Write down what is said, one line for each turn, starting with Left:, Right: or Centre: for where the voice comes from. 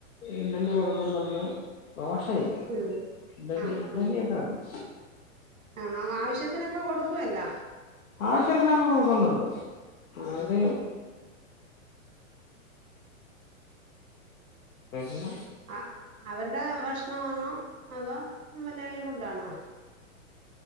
Left: ഇഡലി കൊടുക്കുന്നുണ്ട് ദോശയില്ല
Right: ഉം
Left: ഇഡലി
Right: ആ ആ
Left: ഒക്കെയുണ്ട്
Right: ആ ആവശ്യത്തിനൊക്കെ കൊടുക്കുവല്ലോ
Left: ആവശ്യത്തിനൊക്കെ കൊടുക്കുന്നുണ്ട് അവര്
Right: ആ
Left: പിന്ന
Right: ആ അവരുടെ ഭക്ഷണമാണോ അതോ മലയാളി ഫുഡാണോ